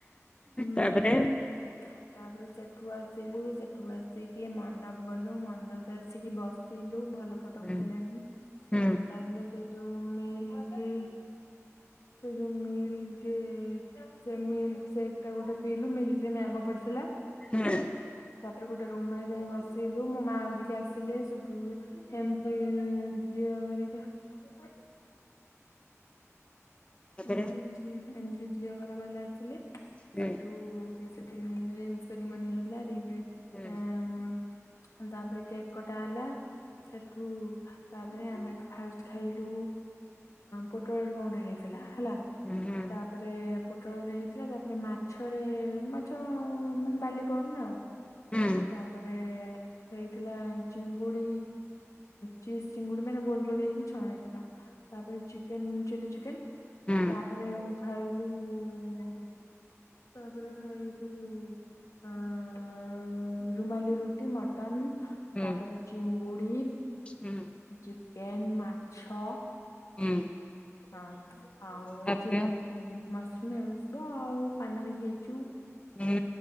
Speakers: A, on the left; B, on the left.
A: ହୁଁ।
B: ତାପରେ?
A: ତାପରେ ସେଠୁ ଆସିଲୁ ସେଠୁ ଆସିକି ମଣ୍ଡପ ଗଲୁ ମଣ୍ଡପରେ ଆସିକି ବସିଲୁ ଭଲ। ଫଟୋ
B: ହୁଁ
A: ଉଠିଲାଣିି
B: ହୁଁ
A: ତାପରେ ସେଇ ଯୋଉ ମିଲ୍ କି ସେ ଯୋଉ ମିଲ୍ କେ ସେ ମିଲ୍ ସେ ଏଟା ଗୋଟେ ପିଇଲୁ ମିଲ୍ ରେ ମ୍ୟାଙ୍ଗ ପଡିିଥିଲା।
B: ହୁଁ
A: ତାପରେ ଗୋଟେ ରୁମ ରେ ଯାଇ ବସିଲୁ ମୋ ମା ହରିକା ଆସିଲେ ସେଠୁ ଏମତି ବିିିବା ଘରିକା <unintelligible>
B: ତାପରେ
A: ଏମତିି ଏମିତି ଝିଅ ଘର ବାଲା ଆସିଲେ
B: ହୁଁ
A: ସେଠୁ ସେ ହି ସରି ମନ ହେଲାର ହି
B: ହୁଁ
A: ଆ <unintelligible> ତାପରେ କେକ୍ କଟା ହେଲା ସେଠୁ ତାପରେ ଆମେ ଫାଷ୍ଟ ଖାଇଲୁ ପୋଟଳରେ କଣ ଗୋଟେ ହେଇଥିଲା ହେଲା
B: ହୁଁ ହୁଁ ହୁଁ
A: ତାପ ତାପରେ ପୋଟଳରେ ହେଇଥିଲା ତାପରେ ମାଛରେ ମାଛ ମାନେ ବାଲି ପନା ଆଉ।
B: ହୁଁ ହୁଁ
A: ତାପରେ ହେଇଥିଲା ଚିଙ୍ଗୁଡି ଚିଜ ଚିଙ୍ଗୁଡି ମାନେ ଗୋଲ ଗୋଲ ହେଇକି ଛଣା ତାପରେ ଚିକେନ ଚିଲି ଚିକେନ
B: ହୁଁ
A: ତାପରେ ଖାଇଲୁ ହୁ ତାପରେ ଖାଇସବୁ ଅ ରୁମାଲି ରୁଟି ମଟନ ତାପରେ
B: ହୁଁ
A: ଚିଙ୍ଗୁଡି
B: ହୁଁ
A: ଚିକେନ ମାଛ
B: ହୁଁ
A: ହଁ ଆଉ
B: ତାପରେ
A: ଚିଲି ମସରୁମ୍ ଏଗୁଡା ଥିବ ସବୁ ଆଉ ପାନ ବି ଖାଇଛୁ।
B: ହୁଁ